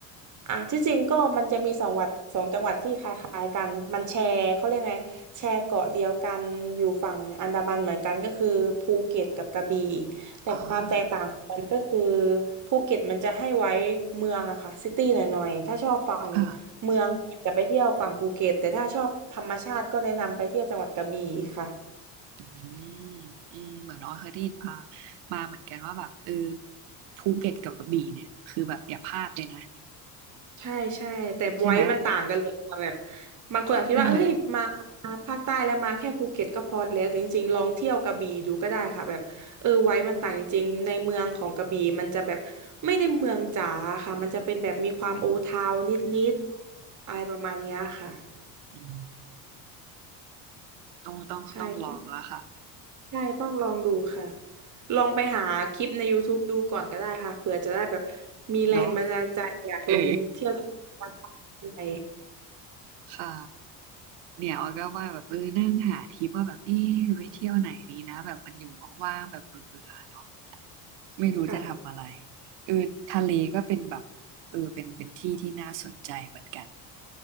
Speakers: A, on the right; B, on the right.
A: อ่ะที่จริงก็มันจะมีสองวัดสองจังหวัดที่คล้ายๆกันมันแชร์เขาเรียกไงแชร์เกาะเดียวกันอยู่ฝั่งอันดามันเหมือนกันก็คือภูเก็ตกับกระบี่ แต่ความแตกต่างของมันก็คือ
B: อ่า
A: ภูเก็ตมันจะให้ไว้เมืองอะค่ะซิตี้หน่อยๆถ้าชอบฝั่ง
B: ค่ะ
A: เมืองก็จจะไปเที่ยวฝั่งภูเก็ตแต่ถ้าชอบธรรมชาติก็แนะนำไปเที่ยวจังหวัดกระบี่ค่ะ
B: อืมอืมเหมือนน้อยเคยได้ยินมามาเหมือนกันว่าแบบเออภูเก็ตกับกระบี่เนี่ยคือแบบอย่าพลาดเลยนะ
A: ใช่ใช่แต่ไว้มันต่างกันเลยค่ะแบบ
B: ใช่ไหม
A: บางคนอาจคิดว่าเอ้ยมา
B: ใช่ไหม
A: ภาคใต้แล้วมาแค่ภูเก็ตก็พอแล้วแต่จริงๆลองเที่ยวกระบี่ดูก็ได้ค่ะแบบเออไว้มันต่างจริงๆในเมืองของกระบี่มันจะแบบไม่ได้เมืองจ๋าค่ะมันจะเป็นแบบมีความโอทาวนิดๆอะไรประมาณเนี้ยค่ะ
B: อืมต้องต้องต้องลองแล้วค่ะ
A: ใช่ต้องใช่ต้องลองดูค่ะลองไปหาคลิปใน YouTube ดูก่อนก็ได้ค่ะเผื่อจะได้แบบมีแรงบันดาลใจอยากลงเที่ยว
B: เนาะเออ
A: อะไร
B: ค่ะเนี่ยออยก็ว่าแบบเออนั่งหาทริปว่าแบบเออไปเที่ยวไหนดีนะแบบมันอยู่ว่างๆแบบเบื่อๆเนาะไม่รู้จะทำอะไร
A: ค่ะ
B: เออทะเลก็เป็นแบบเออเป็นเป็นที่ที่น่าสนใจเหมือนกัน